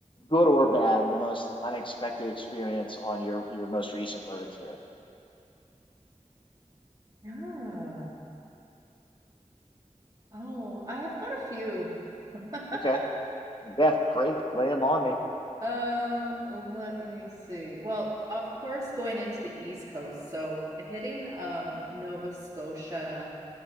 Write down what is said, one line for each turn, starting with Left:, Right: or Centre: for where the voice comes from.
Left: good or bad the most unexpected experience on your your most recent road trip
Right: Yeah. Oh, I have got a few. <laughs>
Left: okay yeah great Lay them on me
Right: Um, let me see. Well, of course, going into the East Coast, so hitting um Nova Scotia